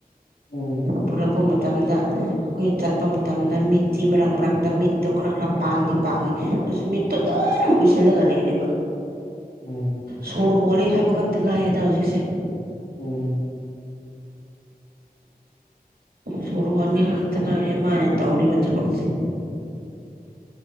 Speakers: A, on the left; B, on the right.
A: ꯎꯝ
B: ꯄꯨꯔꯛꯄ ꯃꯇꯝꯗ ꯑꯩꯈꯣꯏꯅ ꯆꯠꯄ ꯃꯇꯝꯗ ꯃꯤꯠꯇꯁꯤꯤ ꯃꯔꯛ ꯃꯔꯛꯇ ꯃꯤꯠꯇꯣ ꯈꯔ ꯈꯔ ꯄꯥꯡꯗꯤ ꯄꯥꯡꯉꯤ ꯑꯗꯨꯁꯨ ꯃꯤꯠꯇꯣ ꯑꯗꯨꯝ ꯑꯗꯨꯝ ꯎꯏꯁꯜꯂꯒ ꯂꯩꯔꯤꯅꯦ
A: ꯎꯝ
B: ꯁꯣꯔ ꯍꯣꯜꯂꯦ ꯍꯥꯏꯕ ꯈꯛꯇ ꯉꯥꯏꯔꯦꯗ ꯍꯧꯖꯤꯛꯁꯦ
A: ꯎꯝ
B: ꯁꯣꯔ ꯍꯣꯟꯅꯤ ꯉ ꯈꯥꯛꯇ ꯉꯥꯏꯔꯦ ꯃꯥꯅ ꯇꯧꯔꯤꯕ ꯊꯕꯛꯁꯦ